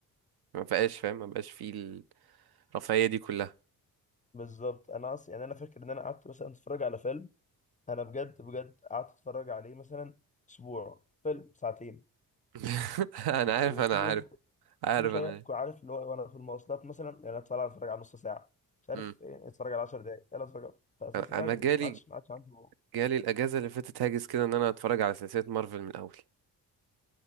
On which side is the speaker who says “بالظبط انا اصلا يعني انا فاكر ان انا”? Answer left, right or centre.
Left